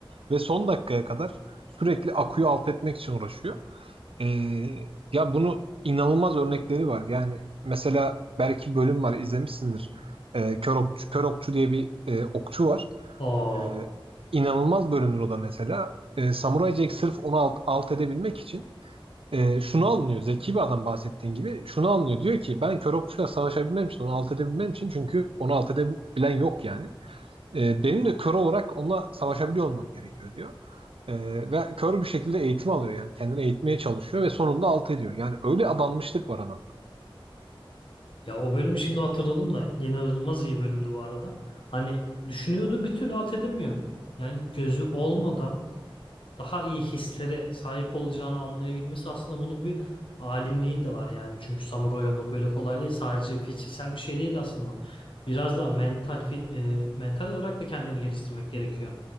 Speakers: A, on the right; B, on the left.
A: Ve son dakikaya kadar sürekli akuyu alt etmek için uğraşıyor. Ee, ya bunu inanılmaz örnekleri var. Yani mesela belki bölüm var izlemişsindir. Ee, Kör Okçu, Kör Okçu diye bir e, okçu var.
B: Aa,
A: Ee, inanılmaz bölünür o da mesela. Ee, Samurai Jack sırf onu alt, alt edebilmek için e, şunu anlıyor. Zeki bir adam bahsettiğin gibi şunu anlıyor. Diyor ki ben kör okçuyla savaşabilmem için, onu alt edebilmem için çünkü onu alt edebilen yok yani. Ee, benim de kör olarak onunla savaşabiliyor olmam gerekiyor diyor. Ee, ve kör bir şekilde eğitim alıyor yani. Kendini eğitmeye çalışıyor ve sonunda alt ediyor. Yani öyle adanmışlık var anlamda.
B: Ya o bölümü şimdi hatırladım da inanılmaz iyi bölümdü bu arada. Hani düşünüyordu bir türlü alt edemiyor. Yani gözü olmadan daha iyi hislere sahip olacağını anlayabilmesi aslında bunun bir alimliği de var yani. Çünkü samuray olmak öyle kolay değil. Sadece fiziksel bir şey değil aslında. Biraz da mental fi- e, mental olarak da kendini geliştirmek gerekiyor.